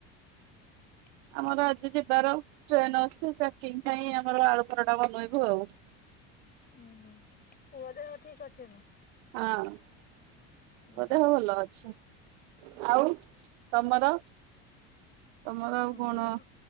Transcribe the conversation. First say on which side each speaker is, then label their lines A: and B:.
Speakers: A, on the left (about 25°); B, on the right (about 80°).
A: <inaudible>
B: ଆମର ଆଜି ଯିବାର ଟ୍ରେନ ଅଛି ପ୍ୟାକିଂ ପାଇଁ ଆମର ଆଳୁପରଟା ବନେଇବୁ ଆଉ।
A: ଉଁ ହୁଁ ପୁଅ ଦେହ ଠିକ ଅଛିନୁ।
B: ହଁ ପୁଅ
A: ହୁଁ
B: ଦେହ ଭଲ ଅଛି। ଆଉ ତମର ତମର ଆଉ
A: ଆମର
B: କଣ।